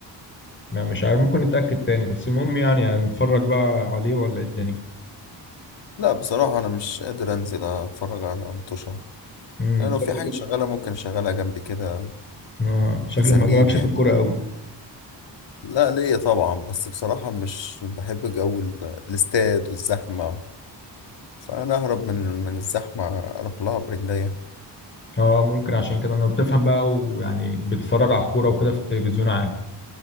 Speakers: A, on the left; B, on the left.
A: ما مش عارف ممكن نتأكد تاني بس المهم يعني هنتفرج بقى عليه ولا ايه الدنيا؟
B: لا بصراحة انا مش قادر انزل اتفرج على مطوشة
A: امم
B: انا لو
A: شكلك
B: في حاجة
A: كده
B: شغالة ممكن اشغلها جنبي كده
A: آه، شكلك
B: تسليني
A: مالكش
B: يعني
A: في الكورة قوي
B: لا ليا طبعا بس بصراحة مش بحب جو ال- الاستاد والزحمة فانا اهرب من من الزحمة اروح لها برجليا
A: اه ممكن عشان كده انا بتفهم بقى ويعني بتتفرج على الكورة وكده في التلفزيون عادي